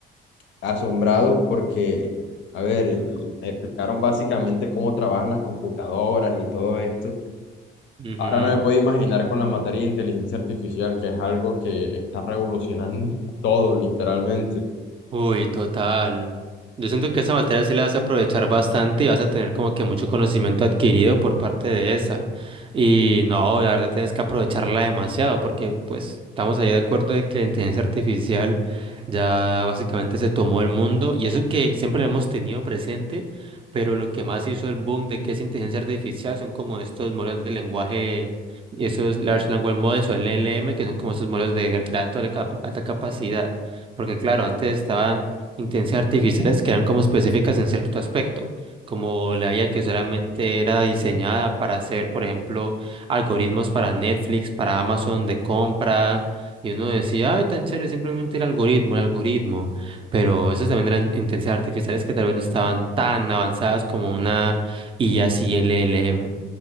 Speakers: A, on the left; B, on the right.
A: asombrado porque, a ver, explicaron básicamente cómo trabajan las computadoras y todo esto.
B: Ujú.
A: Ahora no me puedo imaginar con la materia de inteligencia artificial, que es algo que está revolucionando <laughs> todo, literalmente.
B: Uy, total. Yo siento que esa materia sí la vas a aprovechar bastante y vas a tener como que mucho conocimiento adquirido por parte de esa. Y no, la verdad tienes que aprovecharla demasiado porque pues estamos ahí de acuerdo de que la inteligencia artificial ya básicamente se tomó el mundo y eso que siempre lo hemos tenido presente, pero lo que más hizo el boom de qué es inteligencia artificial son como estos modelos de lenguaje, esos Large Language Models o LLM, que son como esos modelos de, de alto- alta capa- alta capacidad. Porque claro, antes estaban inteligencias artificiales que eran como específicas en cierto aspecto, como la IA que solamente era diseñada para hacer, por ejemplo, algoritmos para Netflix, para Amazon de compra, y uno decía, ay, tan chévere, simplemente el algoritmo, el algoritmo, pero esas también eran inteligencias artificiales que tal vez no estaban tan avanzadas como una IA CLLM.